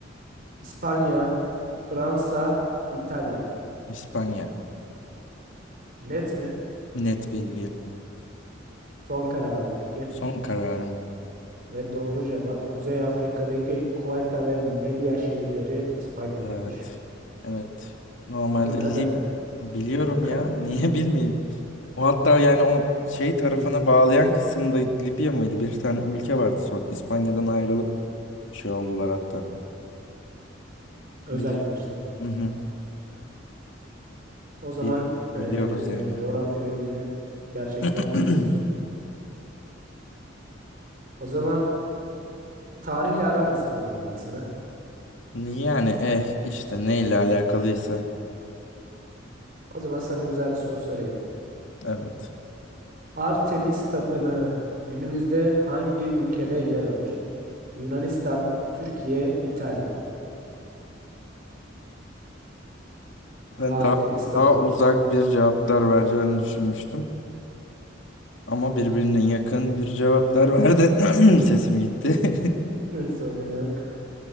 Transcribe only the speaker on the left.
İspanya.
Net bilgi.
Son kararım.
Evet. Evet. Normalde
Lib biliyorum
ya. <laughs> Niye bilmeyeyim? O hatta yani o
şey
tarafına
bağlayan kısımda Libya mıydı? Bir tane ülke vardı son. İspanya'dan ayrılıp şey oldular hatta. Biliyor.
Hı hı.
Bil-
biliyoruz yani.
<clears throat>
Yani eh işte neyle alakalıysa.
Evet.
Ben
daha
daha uzak bir cevaplar vereceğini düşünmüştüm. Ama birbirine yakın bir cevaplar verdin. <clears throat> Sesim gitti. <laughs>